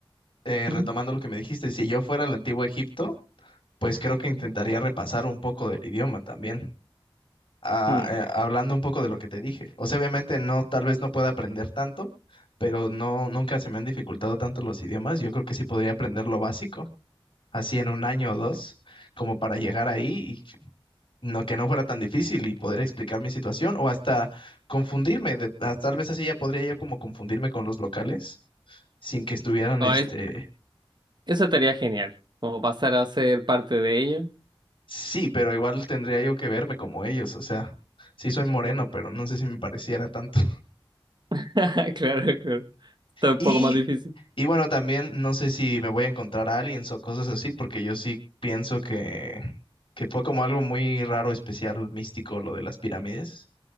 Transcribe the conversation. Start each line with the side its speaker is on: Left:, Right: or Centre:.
Left: eh,
Right: Mm,
Left: retomando lo que me dijiste, si yo fuera al antiguo Egipto, pues creo que intentaría
Right: mm,
Left: repasar un poco del idioma también. a-
Right: mm,
Left: eh, hablando un poco de lo que te dije. O sea, obviamente no, tal vez no pueda aprender tanto, pero no, nunca se me han dificultado tanto los idiomas. Yo creo que sí podría aprender lo básico, así en un año o dos, como para llegar ahí y no que no fuera tan difícil y poder explicar mi situación o hasta confundirme. de- ah, tal vez así ya podría yo como confundirme con los locales sin que estuvieran,
Right: mm.
Left: este,
Right: Eso estaría genial, como pasar a ser parte de ello.
Left: sí, pero igual tendría yo que verme como ellos. O sea, sí soy moreno,
Right: Mm.
Left: pero no sé si me pareciera tanto.
Right: <laughs> Claro, claro. Está un
Left: Y,
Right: poco más difícil.
Left: y bueno, también no sé si me voy a encontrar a alguien o cosas así, porque yo sí pienso que, que fue como algo muy raro, especial, místico lo de las pirámides.